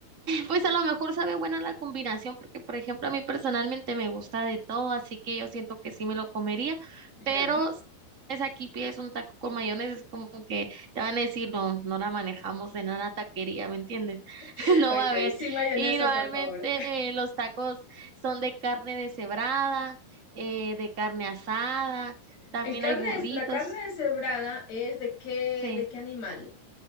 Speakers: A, on the right; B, on the left.
A: Pues a lo mejor sabe buena la combinación, porque por ejemplo a mí personalmente me gusta de todo, así que yo siento que sí me lo comería,
B: Ya,
A: pero s- es aquí pides un taco con mayonesa, es como que te van a decir, no, no la manejamos de nada taquería, ¿me entiendes?
B: <laughs>
A: <laughs> No
B: Ok,
A: va a haber.
B: sin mayonesa,
A: Y normalmente
B: por favor.
A: eh, los tacos son de carne deshebrada, eh, de carne asada, también
B: El carne
A: hay burritos,
B: es, la carne deshebrada es de qué,
A: sí,
B: de qué animal?